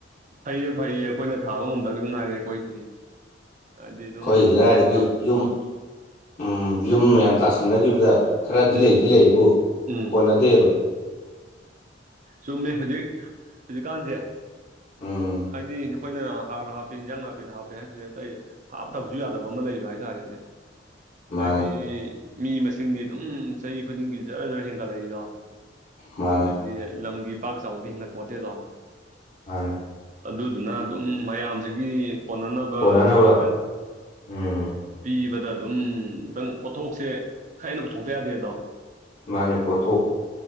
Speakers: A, on the right (about 45°); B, on the left (about 45°).
A: ꯐꯩꯌꯦ ꯐꯩꯌꯦ ꯑꯩꯈꯣꯏꯅ ꯊꯥꯕ ꯉꯝꯗꯕꯖꯤ ꯗꯪꯉꯥꯏꯔꯦ ꯑꯩꯈꯣꯏꯗꯤ ꯍꯥꯏꯗꯤ ꯑꯗꯨꯝ
B: ꯑꯩꯈꯣꯏꯒꯤꯗꯤ
A: ꯊꯕꯛ
B: ꯀꯥꯏꯗꯒꯤ
A: ꯏꯟꯈꯥꯡ
B: ꯌꯨꯝ
A: ꯀꯣ
B: ꯎꯝ ꯌꯨꯝ ꯃꯌꯥꯝ ꯇꯥꯁꯤꯟꯅꯒꯤꯕꯗ ꯈꯔꯗꯤ
A: ꯎꯝ
B: ꯂꯩꯗꯤ ꯂꯩꯌ‌ꯦꯕꯨ
A: ꯎꯝ
B: ꯀꯣꯟꯅꯗꯦꯕ
A: ꯆꯨꯝꯃꯦ ꯍꯧꯖꯤꯛ ꯍꯧꯖꯤꯛꯀꯥꯟꯖ‌ꯦ
B: ꯎꯝ
A: ꯍꯥꯏꯗꯤ ꯑꯩꯈꯣꯏꯅ ꯍꯥꯔ ꯍꯥꯞꯄꯤ ꯍꯤꯟꯖꯥꯡ ꯅꯥꯄꯤꯗ ꯍꯥꯞꯄꯄꯤ ꯍꯥꯏꯁꯦ ꯑꯇꯩ ꯍꯥꯞꯇꯕꯁꯨ ꯌꯥꯗꯕ ꯑꯃ ꯂꯩꯕ ꯍꯥꯏꯇꯥꯔꯦꯅꯦ
B: ꯃꯥꯅꯦ
A: ꯍꯥꯏꯗꯤ ꯃꯤ ꯃꯁꯤꯡꯗꯤ ꯑꯗꯨꯝ ꯆꯍꯤ ꯈꯨꯗꯤꯡꯒꯤ ꯖꯔ ꯖꯔ ꯍꯦꯟꯒꯠꯂꯛꯏꯗꯣ
B: ꯃꯥꯅꯦ
A: ꯑꯗꯩꯗꯤ ꯂꯝꯒꯤ ꯄꯥꯛ ꯆꯥꯎꯕꯗꯤ ꯍꯦꯟꯒꯠ ꯄ‌ꯣꯠꯇ‌ꯦ‌ꯗꯣ
B: ꯃꯥꯅꯦ
A: ꯑꯗꯨꯗꯨꯅ ꯑꯗꯨꯝ ꯃꯌꯥꯝꯖꯤꯒꯤ ꯀꯣꯟꯅꯅꯕ
B: ꯀꯣꯟꯅꯅꯕ
A: ꯍꯥꯏ ꯀꯅ
B: ꯎꯝ
A: ꯄꯤꯕꯗ ꯑꯗꯨꯝ ꯈꯤꯇꯪ ꯄꯣꯠꯊꯣꯛꯁꯦ ꯈꯍ‌ꯦꯟꯅ ꯄꯨꯊꯣꯛꯇ ꯌꯥꯗꯦꯗꯣ
B: ꯃꯥꯅꯦ ꯄꯣꯠꯊꯣꯛ